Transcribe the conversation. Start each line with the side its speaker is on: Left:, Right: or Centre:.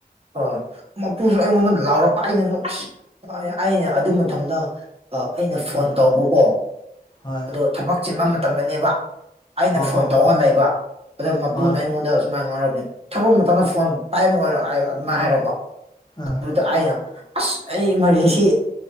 Right: ꯍꯣꯏ ꯃꯄꯨꯁꯨ ꯑꯩꯉꯣꯟꯗ ꯂꯥꯎꯔꯛꯄ ꯑꯩꯅꯁꯨ ꯑꯁ ꯑꯩꯅ ꯑꯗꯨ ꯃꯇꯝꯗ ꯑꯩꯅ ꯐꯣꯟ
Left: ꯍꯣꯏ
Right: ꯇꯧꯕꯀꯣ
Left: ꯍꯣꯏ
Right: ꯑꯗꯣ ꯊꯕꯛ ꯆꯤꯟꯕ ꯃꯇꯝꯗꯅꯦꯕ ꯑꯩꯅ
Left: ꯍꯣꯏ ꯍꯣꯏ
Right: ꯐꯣꯟ ꯊꯣꯛꯧꯍ
Left: ꯍꯣꯏ
Right: ꯂꯩꯕ ꯑꯗꯨ ꯃꯄꯨꯅ
Left: ꯍꯣꯏ
Right: ꯑꯩꯉꯣꯟꯗ <unintelligible> ꯊꯕꯛ ꯃꯇꯝꯗ ꯐꯣꯟ ꯄꯥꯏꯕꯩ ꯋꯔꯣ ꯑꯗꯨꯃꯥꯏ ꯍꯥꯏꯔꯀꯣ
Left: ꯑꯥ
Right: ꯑꯗꯨꯗ ꯑꯩꯅ ꯑꯁ ꯑꯩ ꯏꯃꯥꯔꯖꯦꯟꯁꯤ